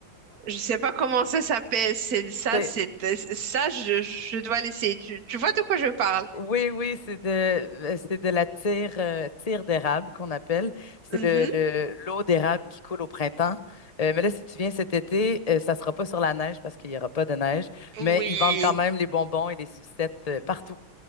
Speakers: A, on the right (about 45°); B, on the left (about 25°).
A: Je sais pas comment ça s'appelle. C'est ça,
B: C'est-
A: c'est ça. Je, je dois laisser. Tu, tu vois de quoi je parle?
B: Oui, oui, c'est de, euh, c'est de la tire, euh, tire d'érable qu'on appelle. C'est
A: Mhm.
B: le, le- l'eau d'érable qui coule au printemps. Euh, mais là, si tu viens cet été, euh, ça sera pas sur la neige parce qu'il y aura pas de neige. Mais
A: Oui,
B: ils vendent quand même les bonbons et les sucettes euh, partout.